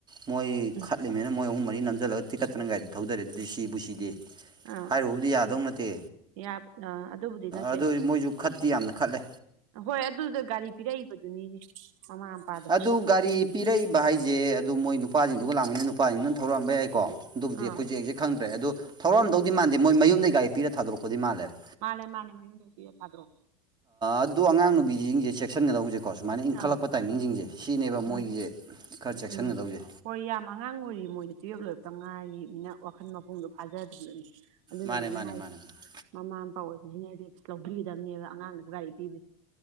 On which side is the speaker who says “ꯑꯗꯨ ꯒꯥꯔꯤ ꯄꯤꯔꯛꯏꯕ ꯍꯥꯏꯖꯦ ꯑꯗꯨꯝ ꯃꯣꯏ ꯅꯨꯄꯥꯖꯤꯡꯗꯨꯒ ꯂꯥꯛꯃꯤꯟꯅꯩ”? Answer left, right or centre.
Right